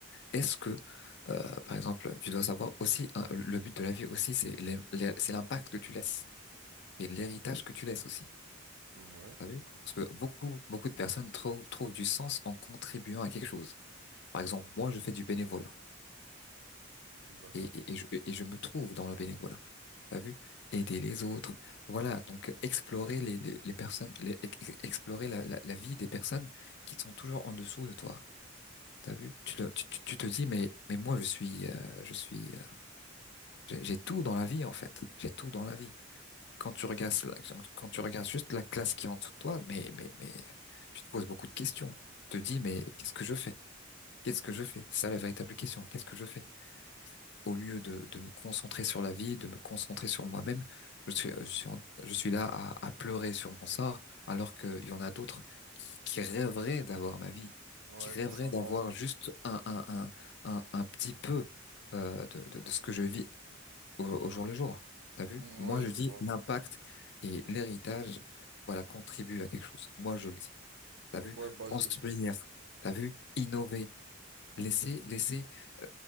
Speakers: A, on the left; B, on the right.
A: Est-ce que, euh, par exemple, tu dois savoir aussi, hein, le but de la vie aussi, c'est les- les- c'est l'impact que tu laisses et l'héritage que tu laisses aussi.
B: Ouais,
A: T'as vu?
B: d'accord.
A: Parce que beaucoup, beaucoup de personnes trou- trouvent du sens en contribuant à quelque chose.
B: Ouais,
A: Par exemple, moi, je fais du bénévolat
B: D'accord.
A: et, et, et je, et je me trouve dans le bénévolat. T'as vu? Aider les autres. Voilà. Donc, explorer les, les, les personnes, les- ex- ex- explorer la, la, la vie des personnes qui sont toujours en dessous de toi. T'as vu? Tu, le- tu, tu tu te dis, mais, mais moi, je suis, euh, je suis euh, J'ai j'ai tout dans la vie, en fait. J'ai tout dans la vie. Quand tu regardes, la- quand tu regardes juste la classe qui est en dessous de toi, mais, mais, mais, tu te poses beaucoup de questions. Tu te dis, mais qu'est-ce que je fais? Qu'est-ce que je fais? C'est ça la véritable question. Qu'est-ce que je fais? Au lieu de, de me concentrer sur la vie, de me concentrer sur moi-même, je suis, je suis, en- je suis là à, à pleurer sur mon sort, alors qu'il y en a d'autres qui, qui rêveraient d'avoir ma vie,
B: Ouais,
A: qui rêveraient
B: qui sont
A: d'avoir
B: dans une-
A: juste un, un, un, un, un petit peu, euh, de, de de ce que je vis au, au jour le jour. T'as vu?
B: Ouais,
A: Moi, je
B: je
A: dis
B: vois.
A: l'impact et l'héritage, voilà, contribue à quelque chose. Moi, je le dis. T'as vu?
B: Ouais, bah,
A: Construire.
B: je... je-
A: T'as vu? Innover. Laisser, laisser, euh,